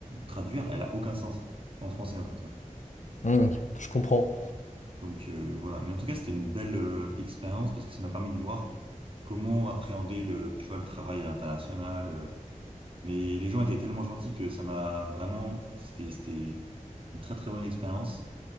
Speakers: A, on the right; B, on the left.
A: traduire, elle a aucun sens. En français, en tout cas.
B: hmm, je comprends.
A: Donc, euh, voilà. Mais en tout cas, c'était une belle, euh, expérience, parce que ça m'a permis de voir comment appréhender le, tu vois, le travail international, euh, mais les gens étaient tellement gentils que ça m'a vraiment, c'était, c'était une très très bonne expérience.